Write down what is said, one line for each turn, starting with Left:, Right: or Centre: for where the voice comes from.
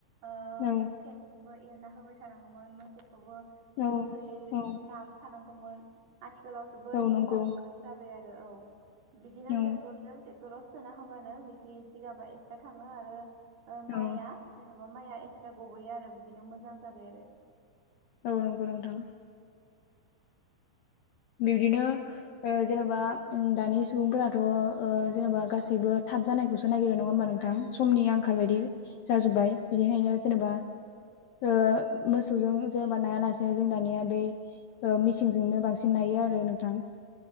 Right: ओ
Left: औ
Right: <unintelligible> एरना होबाय थानाङोमोन मोसौखौबो होयै
Left: औ
Right: होयै
Left: औ
Right: नाबाय थानां गौमोन। आथिखालाव जोबोद
Left: औ नंगौ
Right: मोजां जाबाय आरो औ बिदिनो
Left: औ
Right: टेक्टरजों टेक्टराव सोना होबानो मिहि जिगाबा एक्सट्रा थाङो आरो ओ माइया
Left: औ
Right: माबा माइआ एक्सट्रा गबयो आरो बिदिनो मोजां जाबाय आरो।
Left: औ नंगौ नोंथां। बिबदिनो जेनेबा दानि सुबुंफोराथ ओ जेनेबा गासैबो थाब जानायखौसो नागिरो नङा होमबा नों थां समनि आंखाल बायदि जाजोबबाय बिनिखायनो जेनेबा ओ मोसौजों जेनेबा नायालासेनो जों दानिया बै मिसिनजोंनो बां सिन नायो आरो नोंथां।